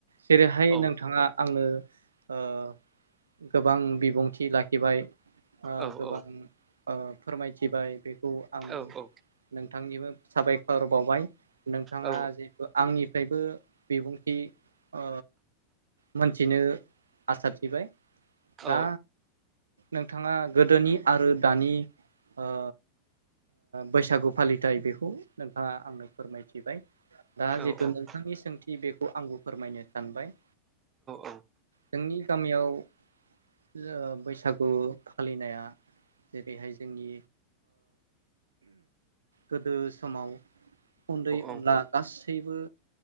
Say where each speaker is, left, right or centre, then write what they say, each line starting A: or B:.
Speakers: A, on the right; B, on the right.
A: जेरैहाय
B: औ
A: नोंथाङा आंनो ओ गोबां बिबुंथि लाखिबाय
B: औ
A: गोबां
B: औ
A: ओ फोरमायथिबाय बेखौ आं
B: औ औ
A: नोंथांनिबो साबायखर बावबाय नोंथाङा
B: औ
A: जेथु आंनिफ्रायबो बिबुंथि ओ मोनथिनो आसा थिबाय
B: औ
A: दा नोंथाङा गोदोनि आरो दानि ओ बैसागु फालिथाय बेखौ नोंथाङा आंनो फोरमायथिबाय दा
B: औ
A: जिथु नोंथांनि सोंथि बेखौ आंबो फोरमायनो सानबाय
B: औ
A: जोंनि गामियाव ओ बैसागु फालिनाया जेरैहाय जोंनि गोदो समाव उन्दै
B: औ
A: उनला गासैबो